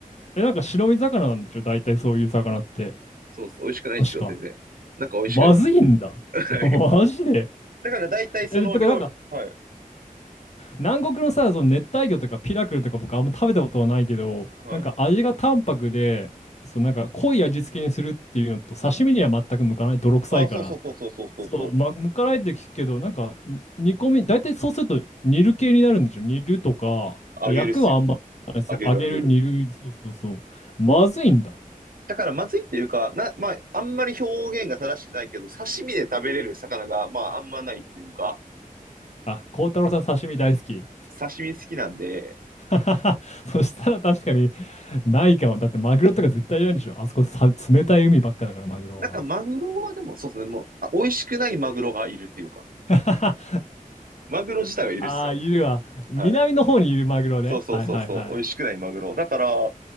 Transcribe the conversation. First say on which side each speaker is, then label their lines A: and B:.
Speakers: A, on the left; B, on the right.
A: え、なんか白身魚なんでしょ大体そういう魚って。
B: そうです。美味しくないですよ、
A: 確か。
B: 全然。なんか美味しくないです。
A: まずいんだ。
B: <laughs> はい。
A: <laughs> マジで。
B: だから大体その料理、
A: え、てかなんか、
B: はい。
A: 南国のさ、その熱帯魚とかピラクルとか僕あんま食べたことはないけど、
B: うんうん。はい。
A: なんか味が淡白で、そうなんか濃い味付けにするっていうのと、刺身には全く向かない。泥臭いから。
B: あ、そうそうそうそうそうそうそう。
A: そう、ま、むからいって聞くけど、なんか、に煮込み、大体そうすると煮る系になるんでしょ煮るとか、
B: あげるっすよ。
A: 焼くはあんま、そう、
B: あげるあげる。
A: 揚げる、煮る、そうそうそう。まずいんだ。
B: だからまずいっていうか、な、まあ、あんまり表現が正しくないけど、刺身で食べれる魚が、まあ、あんまないっていうか、
A: あ、孝太郎さん刺身大好き。
B: 刺身好きなんで、
A: <laughs> そしたら確かにないかも。だってマグロとか絶対いないんでしょあそこさ、冷たい海ばっかだから、マグロは。
B: なんかマグロはでもそうですね、もう、あ美味しくないマグロがいるっていうか。
A: <laughs>
B: マグロ自体はいるっすよ。
A: ああ、いるわ。南の方にいるマグロね。
B: はい。そうそうそうそう。
A: はいはいはい。
B: 美味しくないマグロ。だから、